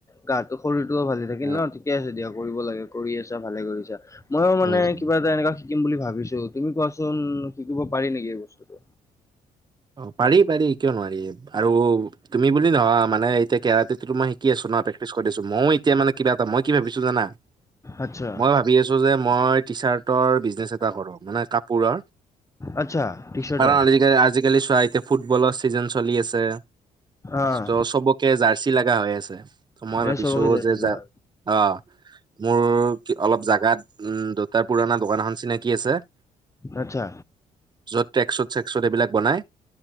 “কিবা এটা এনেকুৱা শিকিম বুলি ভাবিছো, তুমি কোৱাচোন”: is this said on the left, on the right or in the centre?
Left